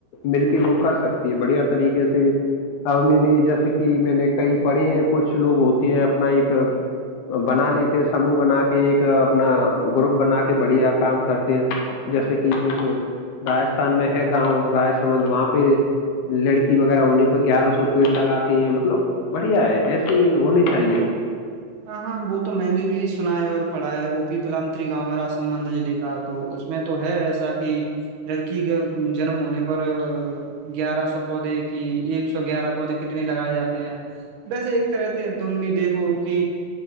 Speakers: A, on the left; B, on the right.
A: مل کے وہ کر سکتی ہے بڑھیا طریقے سے ہمنے لیے جیسے کہ میں نے کئی پڑھے ہیں کچھ لوگ ہوتے ہیں اپنا ایک بنا لیتے ہیں سموہ بنا کے کہ ایک اپنا گروپ بنا کے بڑھیا کام کرتے ہیں جیسے کہ ایک راجستھان میں ہے گاؤں را سبند وہاں پہ لڑکی وغیرہ انہیں پہ گیارہ سو پیڑ لگاتے ہیں مطلب بڑھیا ہے ایسے ہونی چاہیے
B: ہاں ہاں وہ تو میں نے بھی سنا ہے اور پڑھا ہے گو پی پلتری گاؤں را سمبند لے کا تو اس میں تو ہے ایسا کہ لڑکی کے جنم ہونے پر گیارہ سو پودے کی ایک سو گیارہ پودے کتنے لگائے جاتے ہیں ویسے ایک طرحتے تم بھی دیکھو کہ